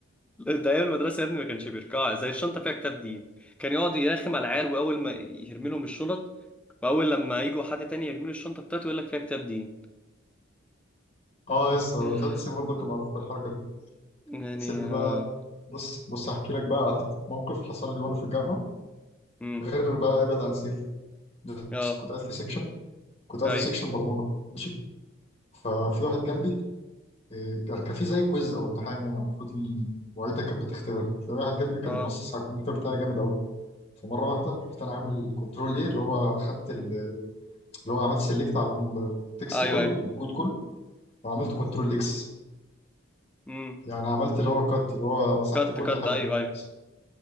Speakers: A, in the centre; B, on the left.
A: ده ايام المدرسه يا ابني ما كانش بيركع زي الشنطه فيها كتاب دين كان يقعد يرخم على العيال واول ما يرمي لهم الشنط واول لما يجوا حد تاني يرمي له الشنطه بتاعته يقول لك فيها كتاب دين
B: اه يس هو
A: ياه.
B: سيف برضه كان معروف بالحركة
A: يعني
B: سيبني
A: اه
B: بقى بص بص هحكي لك بقى على حته موقف حصل لي وانا في الجامعه
A: امم
B: غير بقى ابعد عن سيف بس
A: اه
B: كنت قاعد في سيكشن كنت قاعد
A: ايوه
B: في سيكشن برمجه ماشي ففي واحد جنبي آه، كان كان في زي كويز او امتحان يعني المفروض ان المعيده كانت بتختبر فواحد جنبي كان
A: اه
B: باصص على الكمبيوتر بتاعي جامد قوي فمره واحده رحت انا عامل كنترول ايه اللي هو خدت ال- اللي هو عملت سيلكت على ال- التكست
A: ايوه
B: كله
A: ايوه
B: الكود كله وعملت كنترول اكس
A: امم
B: يعني عملت اللي هو كات اللي هو مسحت
A: كت
B: كل
A: كت
B: حاجه
A: ايوه ايوه
B: بس